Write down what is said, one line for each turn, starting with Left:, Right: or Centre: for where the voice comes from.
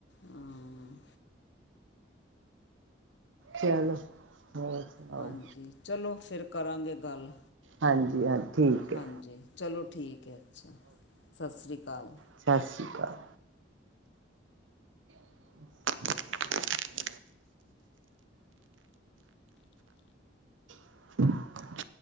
Left: ਹਾਂ
Right: ਚਲੋ, ਹੋਰ ਸੁਣਾਓ?
Left: ਹਾਂਜੀ ਚਲੋ ਫਿਰ ਕਰਾਂਗੇ ਗੱਲ,
Right: ਹਾਂਜੀ ਹਾਂ ਠੀਕ
Left: ਹਾਂਜੀ,
Right: ਹੈ
Left: ਚਲੋ ਠੀਕ ਹੈ ਅੱਛਾ ਸਤਿ ਸ੍ਰੀ ਅਕਾਲ
Right: ਸਤਿ ਸ਼੍ਰੀ ਅਕਾਲ <unintelligible> <unintelligible>